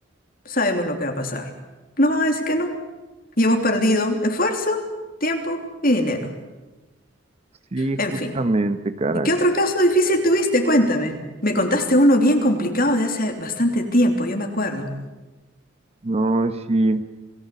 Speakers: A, on the left; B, on the right.
A: sabemos lo que va a pasar. Nos van a decir que no. Y hemos perdido esfuerzo, tiempo y dinero.
B: Sí, justamente,
A: En fin.
B: caray.
A: ¿Y qué otro caso difícil tuviste? Cuéntame. Me contaste uno bien complicado de hace bastante tiempo, yo me acuerdo.
B: No, sí.